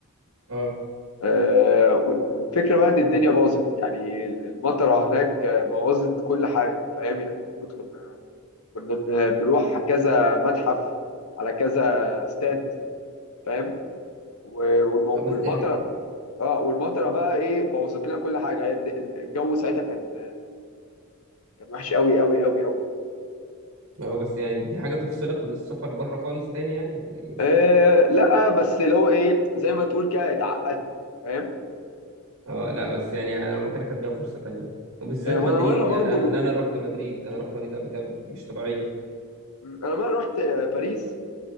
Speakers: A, on the right; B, on the left.
A: اه
B: آه، وال- والفكره بقى ان الدنيا باظت يعني المطره هناك آه، بوظت كل حاجه فاهم يعني المفروض كنا كنا بن- بنروح كذا متحف على كذا استاد فاهم و- والمو-
A: اه بس
B: والمطره
A: ده
B: اه والمطره بقى ايه بوظت لنا كل حاجه هي الد- الجو ساعتها كان كان وحش قوي قوي قوي قوي
A: هو بس يعني دي حاجة تفصلك من السفر بره خالص تاني يعني ولا ايه مش
B: آه
A: فاهم
B: لا بس اللي هو ايه زي ما تقول كده اتعقدت فاهم
A: اه لا بس يعني انا لو مكانك اديها فرصة تانية وبالذات
B: آه ما
A: مدريد
B: انا مره برضو
A: يعني ان انا رحت مدريد انا رحت مدريد قبل كده مش طبيعية
B: انا مره رحت آه، باريس